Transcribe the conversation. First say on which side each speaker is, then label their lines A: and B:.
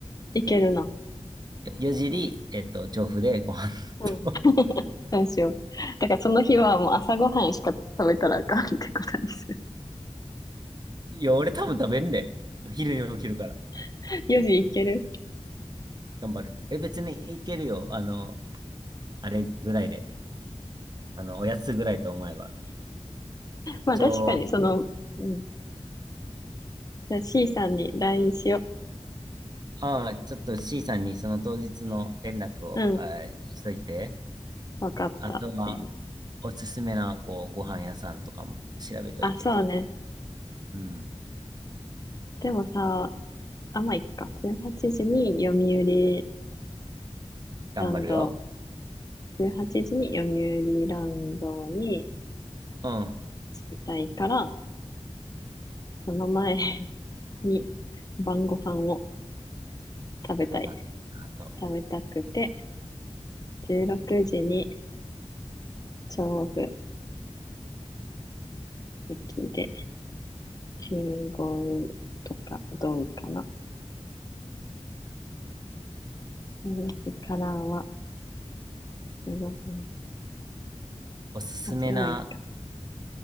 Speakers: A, on the left; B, on the right.
A: 行けるな。
B: 4時に、えっと、調布でご飯
A: うん。
B: と。<laughs>
A: そうしよう。だからその日はもう朝ごはんしか食べたらあかんってことにする。
B: いや、俺多分食べんで。昼に起きるから。
A: <laughs> 4時行ける。
B: 頑張る。え、別に行けるよ。あの、あれぐらいで。あの、おやつぐらいと思えば。
A: まあ確かにその、
B: 調布。
A: うん。じゃあ C さんに LINE しよ
B: ああ、ちょっと C さんにその当日の連絡を、
A: う。うん。
B: あーしといて。
A: わかった。
B: あとは、
A: えー
B: おすすめな、こう、ご飯屋さんとかも調べといてと。
A: あ、そうね。
B: うん。
A: でもさ、あ、まあ、いっか。18時に読売
B: 頑張るよ。
A: ランド、18時に読売ランドに
B: うん。
A: 着きたいから、その前に晩ご飯を食べたい。
B: 食べませんかと。
A: 食べたくて、16時に調布駅で集合とかどうかな。調布からは15分。
B: おすすめな、
A: あ、それはいいか。